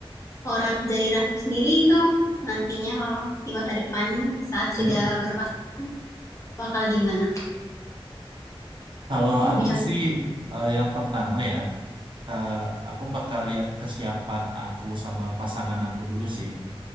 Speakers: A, on the left (about 30°); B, on the right (about 55°).
A: Kalau Raf- dari Raffi sendiri itu nantinya kalau di masa depan saat
B: Hmm.
A: sudah berpasangan bakal gimana?
B: Kalau
A: Lebih
B: aku
A: cocok.
B: sih eh, yang pertama ya, eh, aku bakal lihat kesiapan aku sama pasangan aku dulu sih.